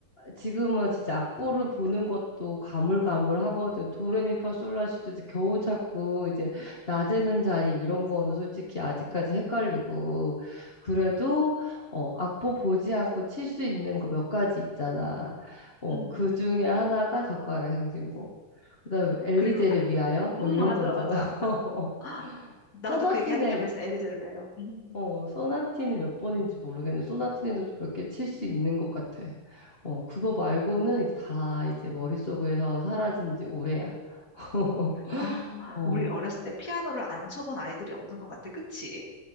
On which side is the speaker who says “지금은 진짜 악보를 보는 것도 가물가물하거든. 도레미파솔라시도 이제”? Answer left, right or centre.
Left